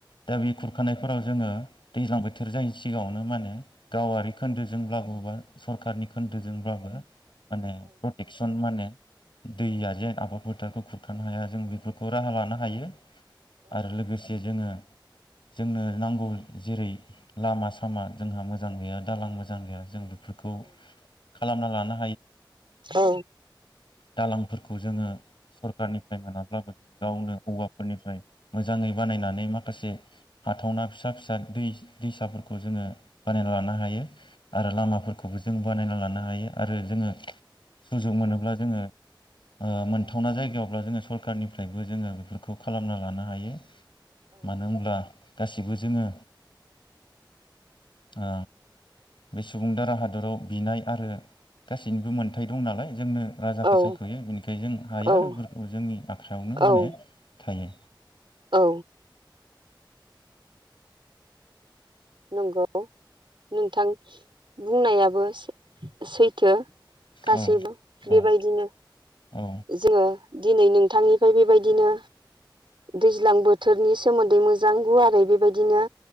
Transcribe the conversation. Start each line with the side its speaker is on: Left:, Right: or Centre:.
Left: दा बे खुरखानायफोराव जोंङो दैज्लां बोथोर जायैनि सिगांङावनो मानो गावारि खोन्दोजों लाबोबा सरखारारनि खोन्दोजोंब्लाबो माने प्रटेकसन माने दैया जेन आबाद फोथारखौ खुरखानो हाया जों बेफोर खौ राहा लानो हायो आरो लोगोसे जोंङो जोंनो नांगौ जेरै लामा सामा जोंहा मोजां गैया दालां मोजां गैया जों बे फोरखौ खालामना लाना
Right: औ
Left: दालांफोरखौ जोंङो सरखारारनिफ्राय मोनाब्लाबो जों गावनो औवाफोरनिफ्राय मोजांङै बानायनानै माखासे हाथावना फिसा फिसा दै दैसाफोरखौ जोंङो बानायना लानो हायो आरो लामाफोरखौबो जों बानायना लानो हायो आरो जोङो सुजुग मोनोब्ला जोङो ओ मोनथावना जायगायावब्ला जोङो सर खानि निफ्रायबो जोङो बेफोरखौ खालामना लानो हायो। मानो होनब्ला गासिबो जोङो ओ बे सुबुं दारा हादराव बिनाय आरो गासैनिबो मोनथाय दं नालाय जोंनो राजाखौ
Right: औ
Left: सायख'यो बेनिखायनो जों हायो
Right: औ
Left: आरो जोंनि आ खायावनो माने
Right: औ
Left: थायो।
Right: औ। नंगौ नोंथां बुंनायाबो सै सैथो गासैबो
Left: औ औ
Right: बेबायदिनो
Left: औ
Right: जोङो दिनै नोंथांनि बेबायदिनो दैज्लां बोथोरनि सोमोन्दै मोजां गुवारै बेबायदिनो